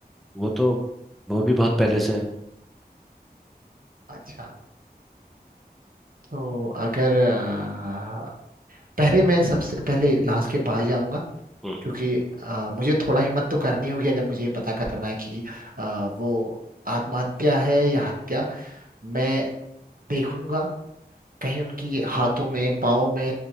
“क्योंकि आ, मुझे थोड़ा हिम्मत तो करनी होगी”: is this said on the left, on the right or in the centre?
Right